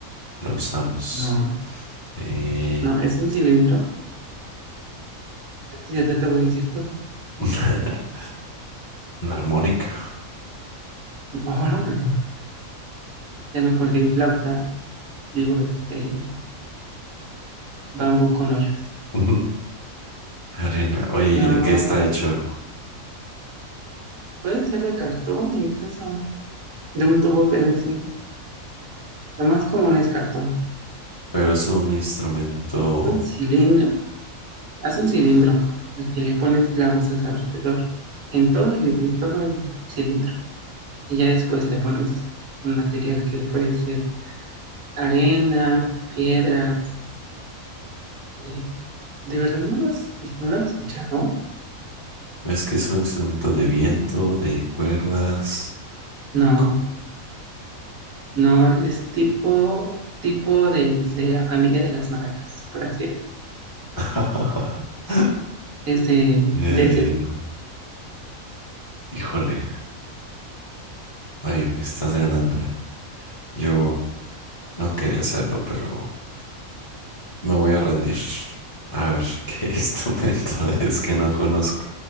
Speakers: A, on the left (about 35°); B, on the right (about 70°).
A: La usamos.
B: No,
A: Eh,
B: no, es un cilindro. Y yo te, te voy a decir todo.
A: <laughs> una armónica.
B: <laughs> Ahora un arma. Ya mejor digo flauta, digo este bambú con hoyos.
A: <laughs> Arena. Oye,
B: No,
A: ¿y ¿de qué está hecho?
B: puede ser de cartón, incluso de un tubo PVC. Lo más común es cartón.
A: Pero es un instrumento.
B: Un cilindro Haz un cilindro al que le pones clavos a su alrededor, en todo el, en todo el cilindro. Y ya después le pones un material que puede ser arena, piedras. eh, ¿De verdad no lo has, vi- no lo has escuchado?
A: Es que es un instrumento de viento, de cuerdas.
B: No,
A: Co-
B: no, es tipo, tipo del, de la familia de las maracas, por así decirlo.
A: <laughs>
B: Es de,
A: Eh,
B: de ese tipo.
A: híjole. Ay, me estás ganando. eh. Yo no quería hacerlo, pero me voy a rendir. A ver, <laughs> ¿qué instrumento es que no conozco?